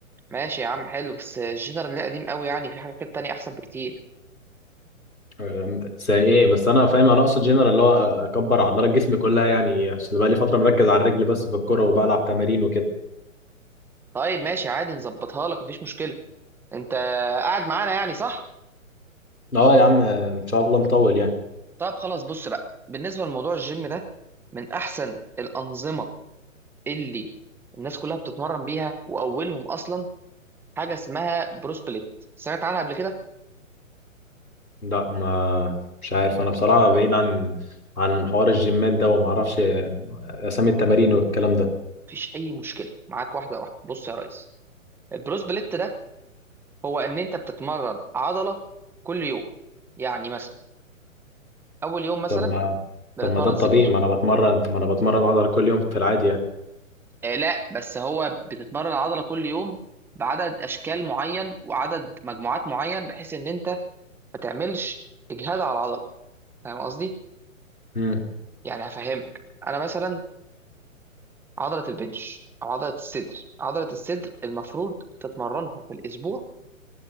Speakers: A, in the centre; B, on the left.
A: ماشي يا عم حلو بس الجنرال ده قديم قوي يعني في حاجات تانية احسن بكتير
B: أم، زي ايه بس انا فاهم انا اقصد جنرال اللي هو اكبر عضلات جسمي كلها يعني عشان بقى لي فتره مركز على الرجل بس في الكوره وبلعب تمارين وكده
A: طيب ماشي عادي نظبطها لك مفيش مشكله انت قاعد معانا يعني صح
B: اه يا عم ان شاء الله مطول يعني
A: طب خلاص بص بقى بالنسبه لموضوع الجيم ده من احسن الانظمه اللي الناس كلها بتتمرن بيها واولهم اصلا حاجه اسمها بروس بليت سمعت عنها قبل كده
B: لا ما مش عارف انا بصراحه بعيد عن عن حوار الجيمات ده وما اعرفش اسامي التمارين والكلام ده
A: مفيش اي مشكله معاك واحده واحده بص يا ريس البروس بليت ده هو ان انت بتتمرن عضله كل يوم يعني مثلا اول يوم مثلا
B: طب ما
A: بنتمرن
B: طب ما ده الطبيعي
A: صدر
B: ما انا بتمرن ما انا بتمرن عضله كل يوم في العادي يعني
A: آه لا بس هو بتتمرن العضله كل يوم بعدد اشكال معين وعدد مجموعات معين بحيث ان انت ما تعملش اجهاد على العضله فاهم قصدي
B: امم
A: يعني هفهمك انا مثلا عضله البنش او عضله الصدر عضله الصدر المفروض تتمرنها في الاسبوع